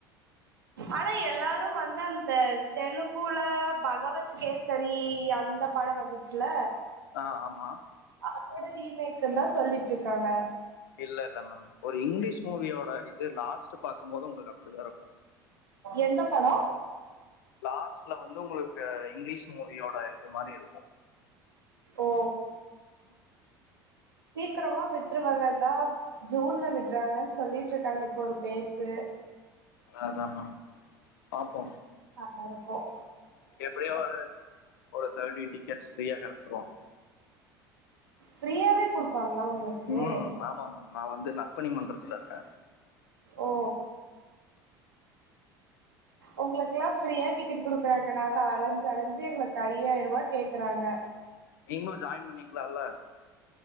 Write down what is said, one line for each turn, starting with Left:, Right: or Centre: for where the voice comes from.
Right: ஆனா எல்லாரு நம்ம வந்து அந்த தெலுகுல பகவத் கேசரி அந்த படோ வந்துச்சுல்ல
Left: ஆஹ் ஆமா
Right: அதோட ரீமேக்ந்தா சொல்ட்டு இருக்காங்க
Left: இல்ல இல்ல மேம் ஒரு இங்கிலீஷ் மூவியோட இது லாஸ்ட் பாக்கும்போது உங்களுக்கு அப்டிதா இருக்கு
Right: எந்த படோ
Left: லாஸ்ட்ல வந்து உங்களுக்கு இங்கிலீஷ் மூவியோட இது மாரி இருக்கு
Right: ஓ சீக்கிரமா விட்டுருவாங்கதா ஜூன்ல விடுறாங்கன்னு சொல்லிட்டு இருக்காங்க இப்ப ஒரு பேச்சு
Left: அதா அதா மேம் பாப்போ
Right: மரக்கும்
Left: எப்படியோ ஒரு தேர்ட்டி டிக்கெட்ஸ் ஃப்ரீயா கெடச்சிரும்
Right: ஃப்ரீயாவே குடுப்பாங்களா உங்களுக்கு
Left: ம் ஆமாம் மேம் நான் வந்து நற்பனி மன்றத்தில இருக்கேன்
Right: ஓ உங்களுக்குக்கெல்லாம் ஃப்ரீயா டிக்கெட் குடுக்குறாங்க நாங்க அலைஞ்ச அலைஞ்சு எங்களுக்கு ஐயாயி ரூவா கேக்குறாங்க
Left: நீங்களும் ஜாயின் பண்ணிக்கலால